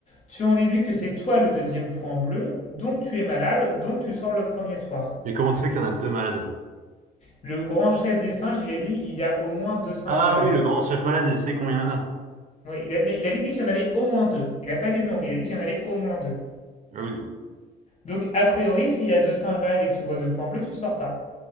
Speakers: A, on the left; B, on the right.
A: tu en déduis que c'est toi le deuxième point bleu, donc tu es malade, donc tu sors le premier soir.
B: Et comment tu sais qu'il y en a deux malades?
A: Le grand chef des singes, il a dit il y a au moins deux singes
B: Ah
A: malades.
B: oui, le grand chef malade, il sait combien il y en a.
A: Ouais, il, a, il a dit qu'il y en avait au moins deux. Il n'a pas dit le nombre, il a dit qu'il y en avait au moins deux.
B: Ah oui,
A: Donc, a priori, s'il y a deux singes malades et que tu vois deux points bleus, tu sors pas.